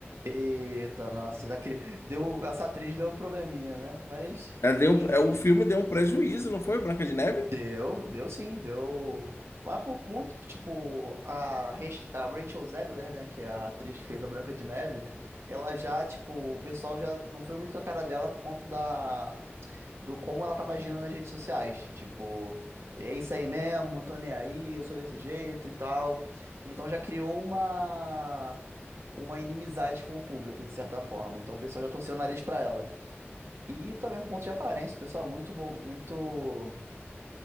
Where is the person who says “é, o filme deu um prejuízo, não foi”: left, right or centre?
Left